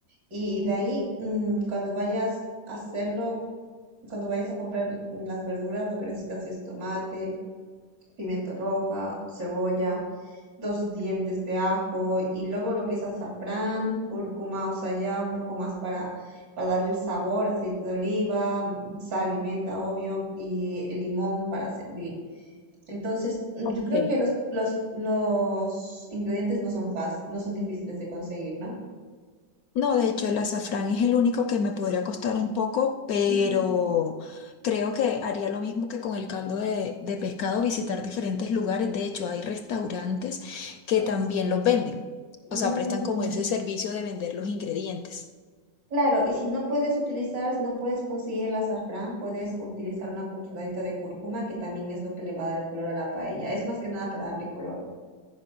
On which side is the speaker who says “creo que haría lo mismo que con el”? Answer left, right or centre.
Left